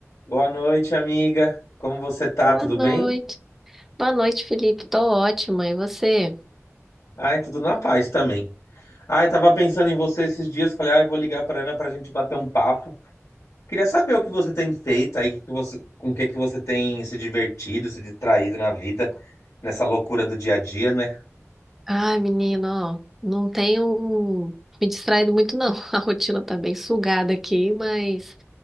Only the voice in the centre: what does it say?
Boa
noite.
Boa noite, Felipe. Tô ótima. E você?
Ai, menino, ó, não tenho me distraído muito, não. <laughs> A rotina tá bem sugada aqui, mas